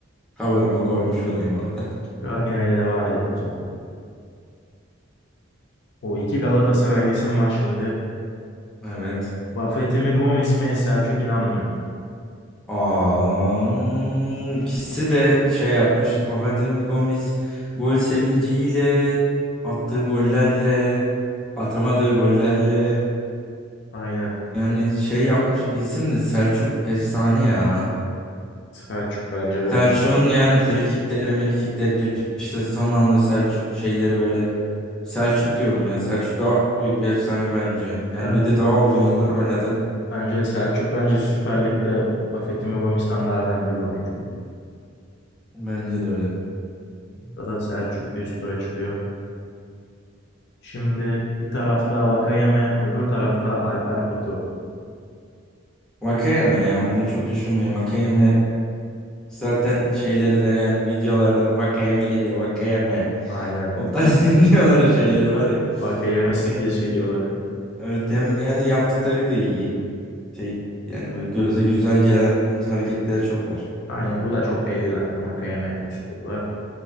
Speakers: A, in the centre; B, on the left.
A: Tavırımı koymuş olayım ona da.
B: Cagne ile devam edelim o zaman. O iki Galatasaraylı isim var şimdi.
A: Evet.
B: Buffett'i mi Gomis mi Selçuk İnan mı?
A: Aa, ikisi de şey yapmış. Vafademi Gomis gol sevinciyle attığı gollerle atamadığı gollerle
B: Aynen.
A: yani şey yapmış bir isim de Selçuk efsane ya.
B: Selçuk bence
A: Selçuk'un
B: de.
A: yani frikikleri, mirikikleri işte son anda Selçuk şeyleri böyle Selçuk diyorum ya. Selçuk daha büyük bir efsane bence. Yani
B: Ben
A: bir de daha uzun yıllar oynadı.
B: Bence de Selçuk bence Süper Lig'de Buffett'in Mumbamis'ten daha önemli bir oyuncuydu.
A: Bence de öyle.
B: Burada da Selçuk bir üst tura çıkıyor. Şimdi bir tarafta Vakayeme, öbür tarafta Alper Potuk.
A: Vakayeme ya bunu çok düşünmeyin. Vakayeme zaten şeyleri de yani videolarda Vakayeme gidiyor Vakayeme. <laughs>
B: Aynen.
A: O tarz videoları şeyleri var ya.
B: Vakayeme
A: Vakayeme.
B: skills videoları.
A: Evet hem yani yaptıkları da iyi. Şey yani böyle göze güzel gelen hareketler çok var.
B: Aynen bu da çok belli zaten Vakayeme üst turda.